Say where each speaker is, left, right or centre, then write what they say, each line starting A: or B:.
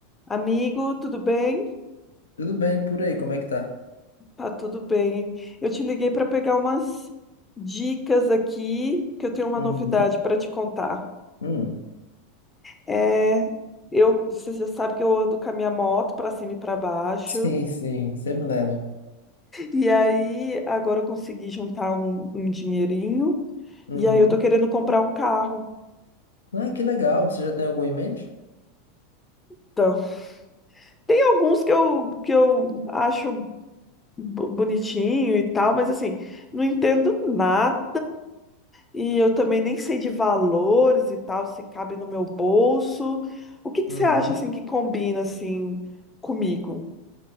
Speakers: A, on the left; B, on the left.
A: Amigo, tudo bem?
B: Tudo bem por aí, como é que tá?
A: Tá tudo bem. Eu te liguei para pegar umas dicas aqui, que eu tenho uma
B: Uhum.
A: novidade para te contar.
B: Hum.
A: É, eu, você já sabe que eu ando com a minha moto para cima e para baixo,
B: Sim, sim, sempre nela.
A: e aí agora eu consegui juntar um, um dinheirinho,
B: Uhum.
A: e aí eu tô querendo comprar um carro.
B: Ah, que legal. Você já tem algum em mente?
A: Então, tem alguns que eu, que eu acho bo- bonitinho e tal, mas assim, não entendo nada. E eu também nem sei de valores e tal, se cabe no meu bolso. O que que
B: Uhum.
A: você acha assim que combina assim comigo?